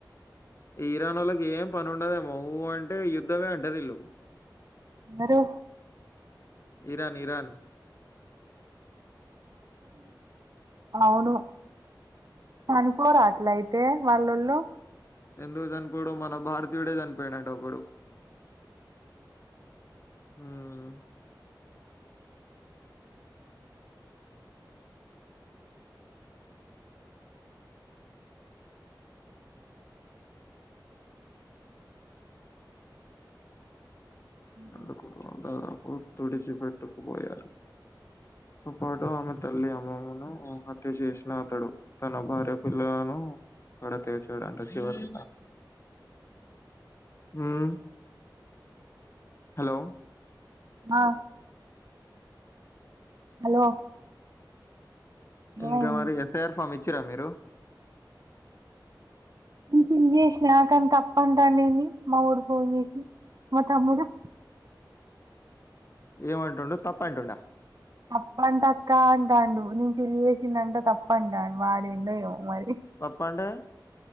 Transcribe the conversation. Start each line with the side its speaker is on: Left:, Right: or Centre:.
Left: ఇరాన్ నొళ్ళకి ఏం పని ఉండదేమో ఉ అంటే యుద్ధమే అంటారు వీళ్ళు
Right: హరో
Left: ఇరాన్ ఇరాన్
Right: అవును చనిపోరా అట్లయితే వాళ్లొళ్ళు
Left: ఎందుకు చనిపోడు మన భారతీయుడే చనిపోయిండట ఒక్కడు ఉమ్
Right: ఉ
Left: అందుకు దాదాపు <unintelligible> పట్టుకుపోయారు తో పాటు ఆమె తల్లి అమ్మమ్మను హత్య చేసిన అతడు తన భార్య పిల్లలను కడ చేర్చాడట చివరి ఉమ్ హలో
Right: ఆ హలో ఏమైంది
Left: ఇంకా మరి ఎస్ఐఆర్ ఫామ్ ఇచ్చిర్రా మీరు
Right: ఫిల్ చేసిన కానీ తప్పంటాండు ఏంది మావోడు ఫోన్ చేసి మా తమ్ముడు
Left: ఏమంటుండు తప్పు అంటుండా
Right: తప్ప అంటక్క అంటాండు నేను ఫిల్ చేసిందంట తప్పంటాడు వాడు ఏందో ఏమో మరి
Left: తప్పంటే